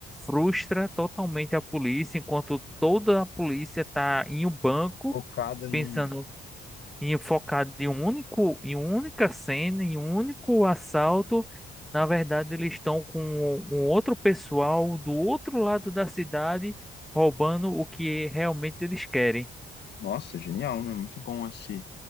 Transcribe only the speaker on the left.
Focada num
Nossa, genial, né? Muito bom esse.